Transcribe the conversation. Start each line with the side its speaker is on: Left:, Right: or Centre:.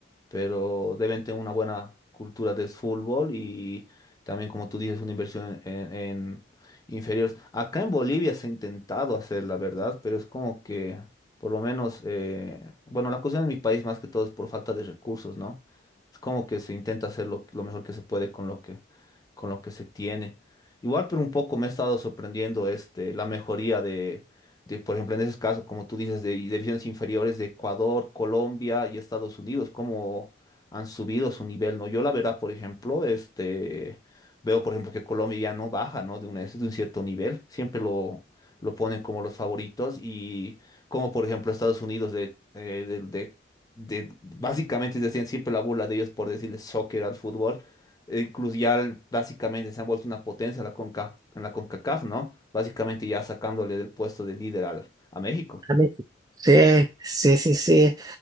Left: pero deben tener una buena cultura de fútbol y también, como tú dices, una inversión en, en inferiores. Acá en Bolivia se ha intentado hacer, la verdad, pero es como que, por lo menos, eh, bueno, la cuestión en mi país más que todo es por falta de recursos, ¿no? Es como que se intenta hacer lo, lo mejor que se puede con lo que, con lo que se tiene. Igual, pero un poco me ha estado sorprendiendo este, la mejoría de de, por ejemplo, en esos casos, como tú dices, de divisiones inferiores de Ecuador, Colombia y Estados Unidos, cómo han subido su nivel, ¿no? Yo la verdad, por ejemplo, este, veo, por ejemplo, que Colombia ya no baja, ¿no? De un, de un cierto nivel, siempre lo, lo ponen como los favoritos y como, por ejemplo, Estados Unidos de, eh, de, de- de- básicamente decían siempre la burla de ellos por decirles soccer al fútbol eh, ya básicamente se han vuelto una potencia en la Conca, en la CONCACAF, ¿no? Básicamente ya sacándole del puesto de líder al, a México.
Right: A México. Sí, sí, sí, sí.